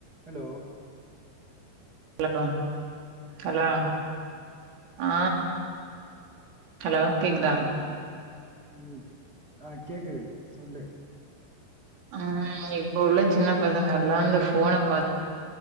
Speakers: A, on the right; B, on the right.
A: Hello
B: hello hello ஆ hello கேக்குதா
A: ம் ஆ கேக்குது சொல்லு
B: ம் இப்ப உள்ள சின்ன பசங்க எல்லா இந்த போன பாத்